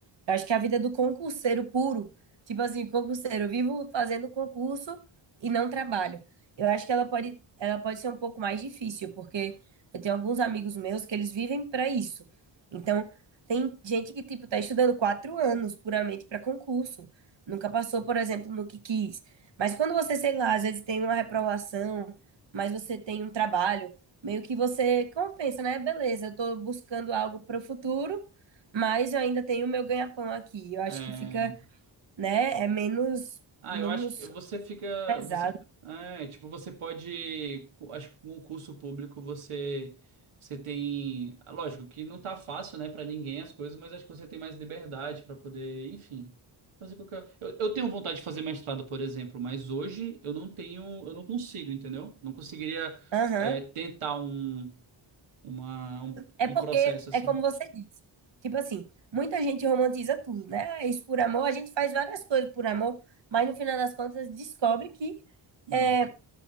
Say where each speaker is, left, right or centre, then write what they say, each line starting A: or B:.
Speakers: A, on the right; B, on the right.
A: Eu acho que a vida é do concurseiro puro, tipo assim, concurseiro, eu vivo fazendo concurso e não trabalho. Eu acho que ela pode, ela pode ser um pouco mais difícil, porque eu tenho alguns amigos meus que eles vivem para isso. Então, tem gente que, tipo, tá estudando quatro anos puramente para concurso. Nunca passou, por exemplo, no que quis. Mas quando você, sei lá, às vezes tem uma reprovação, mas você tem um trabalho, meio que você compensa, né? Beleza, eu tô buscando algo para o futuro, mas eu ainda tenho o meu ganha-pão aqui. Eu acho
B: É,
A: que fica, né? É menos,
B: ah,
A: menos
B: eu acho que você fica,
A: pesado.
B: você, é, tipo, você pode, acho que com o curso público você, você tem, lógico que não tá fácil, né, para ninguém as coisas, mas acho que você tem mais liberdade para poder, enfim, fazer qualquer. Eu, eu tenho vontade de fazer mestrado, por exemplo, mas hoje eu não tenho, eu não consigo, entendeu? Não conseguiria,
A: Aham.
B: é, tentar um uma, um,
A: É
B: um
A: porque,
B: processo assim.
A: é como você disse. Tipo assim, muita gente romantiza tudo, né? Ah, é isso por amor, a gente faz várias coisas por amor, mas no final das contas descobre que
B: Não.
A: é,